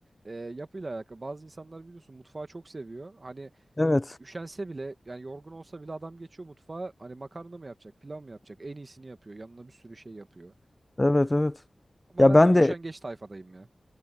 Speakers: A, on the right; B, on the left.
A: Ee, yapıyla alakalı bazı insanlar biliyorsun mutfağı çok seviyor hani
B: Evet.
A: üşense bile yani yorgun olsa bile adam geçiyor mutfağa hani makarna mı yapacak pilav mı yapacak en iyisini yapıyor yanına bir sürü şey yapıyor
B: Evet evet.
A: ama
B: Ya
A: ben
B: ben
A: de o
B: de
A: üşengeç tayfadayım ya